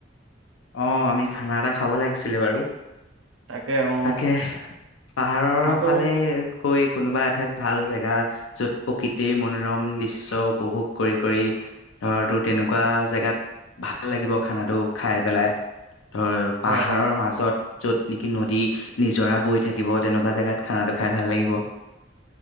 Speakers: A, on the left (about 80°); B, on the right (about 80°).
A: অ', আমি খানা এটা খাব লাগিছিলে বাৰু।
B: তাকে অ
A: তাকে, পাহাৰৰ
B: খানাটো
A: ফালে। কৈ কোনোবা এঠাইত ভাল জেগা য'ত, প্ৰকৃতিৰ মনোৰম দৃশ্য উপভোগ কৰি কৰি। ধৰ, তোৰ তেনেকুৱা জেগাত ভাল লাগিব খানাটো খাই। পেলাই ধৰ
B: হয়
A: পাহাৰৰ
B: হয়
A: মাজত য'ত নেকি, নদী নিজৰা বৈ থাকিব। তেনেকুৱা, জেগাত খানাটো খাই ভাল লাগিব।